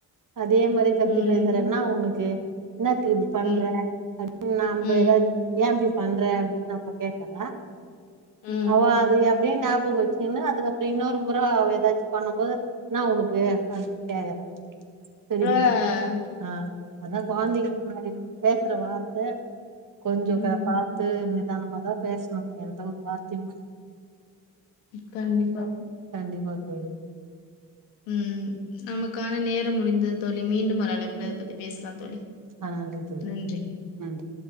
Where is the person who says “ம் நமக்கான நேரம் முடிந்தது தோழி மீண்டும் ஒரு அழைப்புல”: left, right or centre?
Left